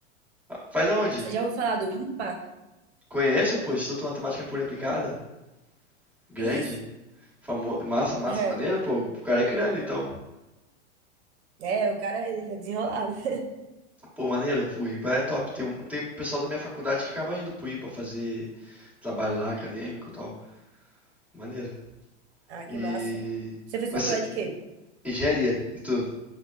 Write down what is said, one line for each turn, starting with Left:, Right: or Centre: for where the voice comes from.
Centre: Faz aonde?
Right: Você já ouviu falar do IMPA?
Centre: Conheço, pô, Instituto Matemática Pura e Aplicada. Grande.
Right: Isso.
Centre: Famo... Massa, massa.
Right: <laughs>
Centre: Maneiro, pô. O cara é crânio, então.
Right: É, o cara, ele é desenrolado. <laughs>
Centre: Pô, maneiro. O IMPA é top. Tem, um... Tem pessoal da minha faculdade que acaba indo pro IMPA fazer trabalho lá, acadêmico e tal. Maneiro.
Right: Ah, que
Centre: E.
Right: massa. Você fez
Centre: Mas
Right: faculdade
Centre: cê-
Right: de quê?
Centre: engenharia, e tu?